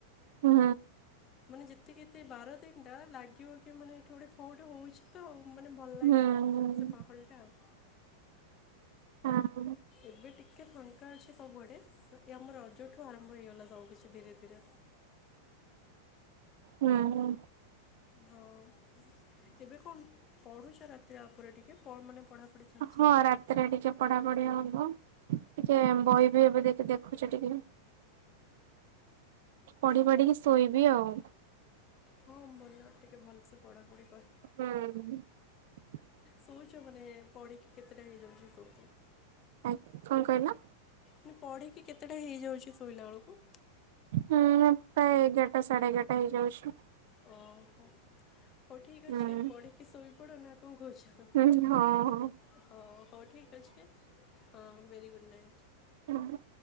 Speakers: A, on the right; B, on the left.
A: ହୁଁ
B: ମାନେ ଯେତିକି ଏତେ ବାର ଦିନଟା ଲାଗିବ କି ମାନେ ଏଠି ଗୋଟେ ଖ ଗୋଟେ ହଉଛି ତ ଆଉ ମତେ ଭଲ୍ ଲାଗେ
A: ହୁଁ।
B: ଆଉ ସେ ପାାଗଲ୍ ଟା ଆଉ
A: ହଁ
B: ଏବେ ଟିକେ ଫାଙ୍କା ଅଛି ସବୁଆଡେ ଆମ ରଜଠୁ ଆରମ୍ଭ ହେଇଗଲା ସବୁ କିଛି ଧୀରେ ଧୀରେ
A: ହୁଁ ହଁ
B: ହଉ ଏବେ କଣ? ପଢୁଚ ରାତିରେ ଆ ଉପରେ ଟିକେ ପ ମାନେ ପଢ଼ାପଢ଼ି ଚାଲିଛି?
A: ହଁ ରାତିରେ ଟିକେ ପଢାପଢି ହବ ଟିକେ ବହି ବି ଏବେ ଦେଖି ଦେ ରଖୁଚି ଟିକେ ପଢି ପାଢିକି ଶୋଇବି ଆଉ
B: ହଁ ଭଲ ଟିକେ ଭଲ୍ ସେ ପଢାପଢି
A: ହଁ
B: ଶୋଉଛ ମାନେ ପଣିକି କେତେ ଟା ହେଇଯାଉଛି ତ ତୁ
A: ଆ କଣ କହିଲ?
B: ମୁଁ ପଢ଼ିକି କେତେଟା ହେଇଯାଉଛି ଶୋଇଲା ବେଳକୁ
A: ହୁଁ ପ୍ରାୟ ଏଗାରଟା ସାଢେ ଏଗାରଟା ହେଇ ଯାଉଚୁ।
B: ଓହୋ ହଉ ଠିକ୍
A: ହୁଁ
B: ଅଛି ପଢିକି ଶୋଇ ପଡ଼ ନା କଣ କହୁଛ
A: ହୁଁ ହଁ ହଁ।
B: ହଉ ହଉ ଠିକ୍ ଅଛି ହଁ ଭେରି ଗୁଡ଼୍ ନାଇଟ୍।
A: ହଁ